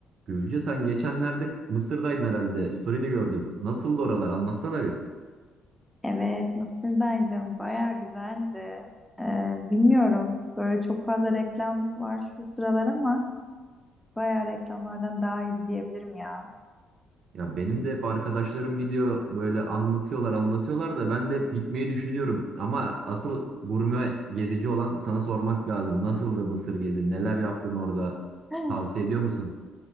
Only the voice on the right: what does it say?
Gülce sen geçenlerde Mısır'daydın herhalde. Story'ni gördüm. Nasıldı oralar? Anlatsana bir.
Ya benim de hep arkadaşlarım gidiyor böyle anlatıyorlar anlatıyorlar da ben de hep gitmeyi düşünüyorum. Ama asıl gurme gezici olan sana sormak lazım. Nasıldı Mısır gezin? Neler yaptın orada?
Tavsiye ediyor musun?